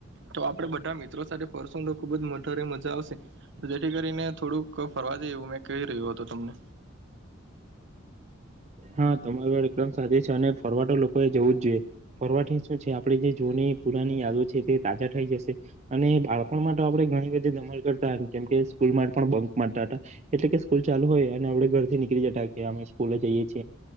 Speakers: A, on the right; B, on the right.
A: તો આપડે બધા મિત્ર મિત્ર સાથે ફરશું તો ખુબ જ મોઢારે મજા આવશે તો જેથી કરીને થોડુંક ફરવા જે એવું મેં કહી રહ્યું હત. તમને
B: હા તમારી વાર એકદમ સાચે છે અને ફરવાઠો લોકો એ જવું જ જોઈએ ફરવાઠ શું છે આપડી જે જૂની પુરાની યાદો છે તે તાજા થઈ જશે અને બાળપણ માટે આપણે ઘણી બધી દમલ કરતા કેમ સ્કૂલ પણ બંક માતા હતા એટલે કે સ્કૂલ ચાલુ હોય અને આપણે ઘરથી નીકળી જતા કે અમે સ્કૂલે જઈએ છીએ.